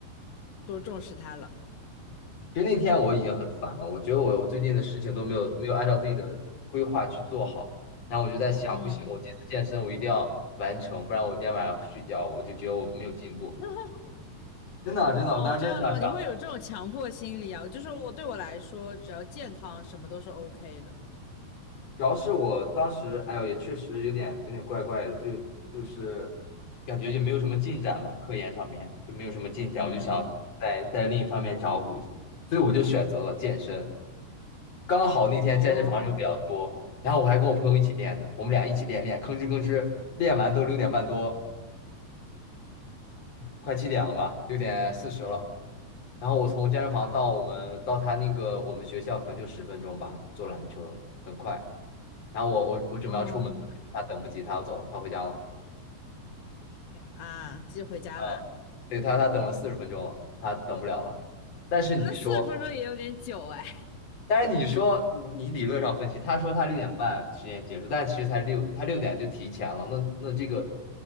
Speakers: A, on the left; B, on the left.
A: 多重视他了。
B: 其实那天我已经很烦了，我觉得我我最近的事情都没有没有按照自己的规划去做好，然后我就在想，
A: 嗯，
B: 不行，我这次健身我一定要完成，不然我今天晚上不睡觉，我就觉得我没有进步。
A: <laughs>
B: 真的真的，我当时真的这样想的。
A: 哦，这样的吗？你会有这种强迫心理啊？就是我对我来说，只要健康，什么都是 OK 的。
B: 主要是我当时，哎呦，也确实有点有点怪怪的，就就是感觉就没有什么进展嘛，科研上面就没有什么进展，
A: 嗯，
B: 我就想在在另一方面找补一下，所以我就选择了健身。刚好那天健身房人比较多，
A: 哦，
B: 然后我还跟我朋友一起练的，我们俩一起练练，吭哧吭哧练完都六点半多，快七点了吧，六点四十了。然后我从健身房到我们到他那个我们学校可能就十分钟吧，坐缆车。很快。然后我我我准备要出门，
A: 嗯，
B: 他等不及，他要走了，他回家了。
A: 啊，寄回家啦。
B: 啊，对他他等了四十分钟了，他等不了了。但是你说，
A: 那四十分钟也有点久哎。
B: 但是你说你你理论上分析，他说他六点半实验结束，但其实才六，他六点就提前了。那那这个